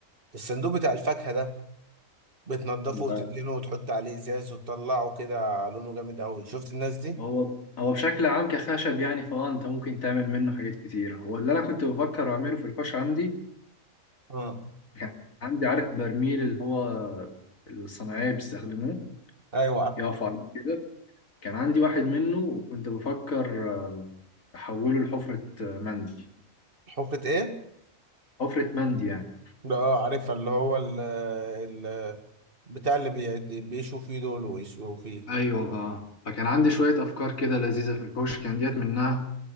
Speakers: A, on the right; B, on the left.
A: الصندوق بتاع الفاكهة ده بتنضفه
B: لا
A: وتدهنه وتحط عليه ازاز وتطلعه كده لونه جامد قوي شفت الناس دي
B: هو هو بشكل عام كخشب يعني فاه انت ممكن تعمل منه حاجات كتير هو اللي انا كنت بفكر اعمله في الحوش عندي
A: اه
B: كان عندي عارف برميل اللي هو الصناعيه بيستخدموه
A: ايوه عارف
B: يقفوا عليه كده كان عندي واحد منه وكنت بفكر آه، احوله لحفره آه، مندي
A: حفرة ايه
B: حفرة مندي يعني
A: ده اه عارفها اللي هو ال ال بتاع اللي بي- بيشوا فيه دول ويسووا فيه
B: ايوه اه فكان عندي شوية افكار كده لذيذة في الحوش كان ديت منها